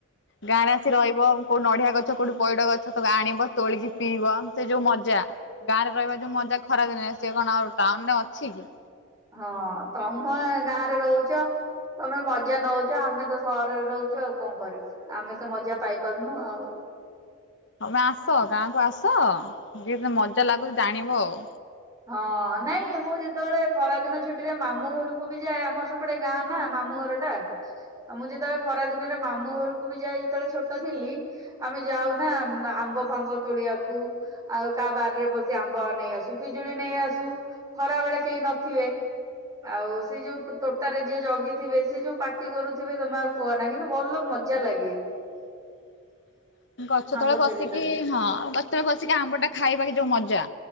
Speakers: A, on the left; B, on the right.
A: ଗାଁ ରେ ଆସି ରହିବ କୋଉଠି ନଡିିଆ ଗଛ କୋଉଠି ପଇଡ ଗଛ ତାକୁ ଆଣିବ ତୋଳିକି ପିଇବ ସେ ଯୋଉ ମଜା ଗାଁରେ ରହିବା ଯୋଉ ମଜା ଖରାଦିନେ ସେ କଣ ଆଉ ଟାଉନ ରେ ଅଛି କି?
B: ହଁ ତମେ ଗାଁରେ ରହୁଛ ତମେ ମଜା ନଉଛ ଆମେ ତ ସହ ରରେ ରହୁଛୁ ଆଉ କଣ କରିବୁ ଆମେ ତ ମଜା ପାଇପାରୁନୁ ଆଉ।
A: ତମେ ଆସ ଗାଁ କୁ ଆସ ଯେଏ ମଜା ଲାଗୁଛି ଜାଣିବ ଆଉ।
B: ହଁ ନାଇଁ ମୁଁ ଯେତେବେଳେ ଖରା ଦିନ ଛୁଟିରେ ମାମୁଁ ଘରକୁ ବି ଯାଏ ଆମର ସେ ପଟେ ଗାଁ ନା ମାମୁଁ ଘର ଟା ଆଉ ମୁଁ ଯେତେବେଳେ ଖରା ଦିନରେ ମାମୁଁ ଘରକୁ ବି ଯାଇ ଯେତେବେଳେ ଛୋଟ ଥିଲି। ଆମେ ଯାଉନା ଆ-ଆମ୍ବ ଫାମ୍ବ ତୋଳିବାକୁ ଆଉ କାହା ବାରିରେ ବସିି ଆମ୍ବ ନେଇେ ଆସୁ। ପିଜୁଳି ନେଇ ଆସୁ ଖରା ବେଳେ କେହି ନଥିବେ। ଆଉ ସିଏ ଯୋଉ ତୋଟାରେ ଯିଏ ଜଗିଥିବେ ସେ ଯୋଉ ପାଟି କରୁଥିବେ ତମେ ଆଉ କୁହନା କିନ୍ତୁ ଭଲ ମଜା ଲାଗେ।
A: <inaudible> ଗଛ
B: ଆମ୍ବ
A: ତଳେ ବସିକି
B: ଚୋରି କରିବା।
A: ହଁ ଗଛ ତଳେ ବସିକି ଆମ୍ବ ଟା ଖାଇବା କି ଯୋଉ ମଜା।